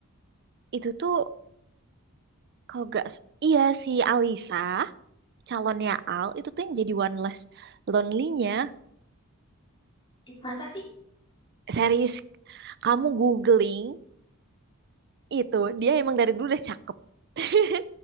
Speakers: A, on the right; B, on the left.
A: itu tuh kalau gak, s- iya si Alisa, calonnya Al, itu tuh yang jadi One Less Lonely-nya.
B: Ih, masa sih
A: Serius, kamu googling itu, dia emang dari dulu udah cakep. <laughs>